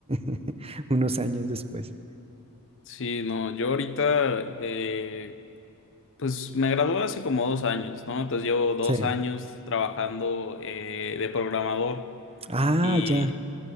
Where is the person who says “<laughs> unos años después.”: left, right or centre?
Right